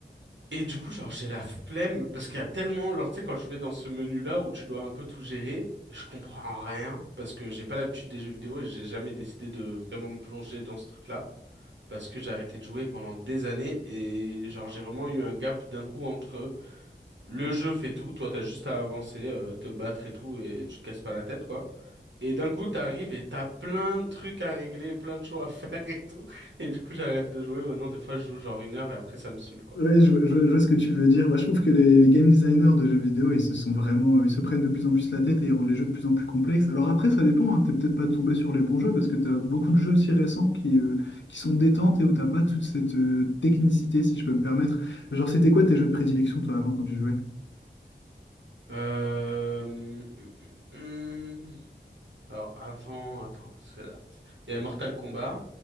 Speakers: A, on the right; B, on the left.
A: Et du coup, genre, j'ai la flemme, parce qu'il y a tellement... Genre, tu sais, quand je vais dans ce menu-là où tu dois un peu tout gérer, je comprends rien, parce que j'ai pas l'habitude des jeux vidéo et j'ai jamais décidé de vraiment me plonger dans ce truc-là parce que j'ai arrêté de jouer pendant des années et genre j'ai vraiment eu un gap d'un coup entre le jeu fait tout, toi t'as juste à avancer, euh, te battre et tout et tu te casses pas la tête quoi. Et d'un coup t'arrives et t'as plein de trucs à régler, plein de choses à <laughs> faire et tout. Et du coup j'arrête de jouer maintenant. Des fois je joue genre une heure et après ça me saoule quoi.
B: Ouais, je, vois je vois- je vois ce que tu veux dire. moi je trouve que les, les game designers de jeux vidéo, ils se sont vraiment, euh, ils se prennent de plus en plus la tête et ils rendent les jeux de plus en plus complexes. Alors après, ça dépend, hein, t'es peut-être pas tombé sur les bons jeux parce que tu as beaucoup de jeux aussi récents qui, euh, qui sont détentes et où t'as pas toute cette euh, technicité, si je peux me permettre. Genre, c'était quoi tes jeux de prédilection, toi, avant, quand tu jouais?
A: Euh... hum, hum, hum. Alors avant, attends, parce que là, il y a Mortal Kombat.